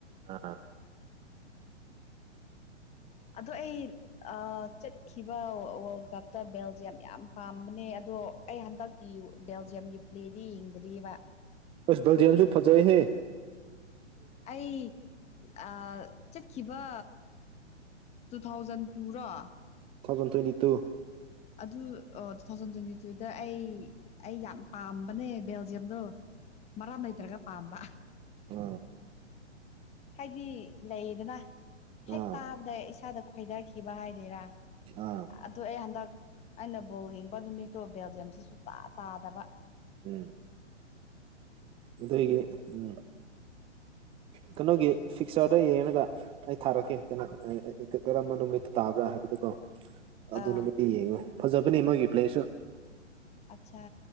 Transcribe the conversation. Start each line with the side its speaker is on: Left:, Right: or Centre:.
Right: ꯑꯥ
Left: ꯑꯗꯣ ꯑꯩ ꯆꯠꯈꯤꯕ ꯋꯥꯔꯜ ꯀꯞꯇ ꯕꯦꯜꯖꯤꯌꯝ ꯌꯥꯝ ꯄꯥꯝꯕꯅꯦ ꯑꯗꯣ ꯑꯩ ꯍꯟꯗꯛꯀꯤ ꯕꯦꯜꯖꯤꯌꯝꯒꯤ ꯄ꯭ꯂꯦꯗꯤ ꯌꯦꯡꯗꯔꯤꯑꯕ
Right: ꯑꯁ ꯜꯗꯤꯌꯥꯝꯁꯨ ꯐꯖꯑ ꯍꯦ
Left: ꯑꯩ ꯑ ꯆꯠꯈꯤꯕ ꯇꯨ ꯊꯥꯎꯖꯟ ꯇꯨꯔꯣ
Right: ꯇꯨ ꯊꯥꯎꯖꯟ ꯇ꯭ꯋꯦꯟꯇꯤ ꯇꯨ
Left: ꯑꯗꯨ ꯇꯨ ꯊꯥꯎꯖꯟ ꯇ꯭ꯋꯦꯟꯇꯤ ꯇꯨꯗ ꯑꯩ ꯑꯩ ꯌꯥꯝ ꯄꯥꯝꯕꯅꯦ ꯕꯦꯜꯖꯤꯌꯝꯗꯣ ꯃꯔꯥꯝ ꯂꯩꯇ꯭ꯔꯒ ꯄꯥꯝꯕ
Right: ꯑ ꯑ
Left: ꯍꯥꯏꯗꯤ ꯂꯩꯗꯅ ꯍꯦꯛ
Right: ꯑꯥ
Left: ꯇꯥꯕꯗ ꯏꯁꯥꯗ ꯈꯣꯏꯗꯈꯤꯕ ꯍꯥꯏꯗꯣꯏꯔꯥ
Right: ꯑꯥ
Left: ꯑꯗꯨ ꯑꯩ ꯍꯟꯗꯛ ꯑꯩꯅ ꯕꯣꯜ ꯌꯦꯡꯕ ꯅꯨꯃꯤꯠꯇꯣ ꯕꯦꯜꯖꯤꯌꯝꯁꯤꯁꯨꯨ ꯇꯥ ꯇꯥꯗꯕ
Right: ꯎꯝ ꯑꯗꯨꯒꯤ ꯎꯝ ꯀꯩꯅꯣꯒꯤ ꯐꯤꯛꯁꯔꯗ ꯌꯦꯡꯉꯒ ꯑꯩ ꯊꯥꯔꯛꯀꯦ ꯀꯩꯅ ꯀꯔꯝꯕ ꯅꯨꯃꯤꯠꯇ ꯇꯥꯕ꯭ꯔꯥ ꯍꯥꯏꯕꯗꯨꯀꯣ ꯑꯗꯨ
Left: ꯑꯥ
Right: ꯅꯨꯃꯤꯠꯇ ꯌꯦꯡꯉꯣ ꯐꯖꯕꯅꯦ ꯃꯣꯏꯒꯤꯔꯤ ꯄ꯭ꯂꯦꯁꯨ
Left: ꯑꯠꯆꯥ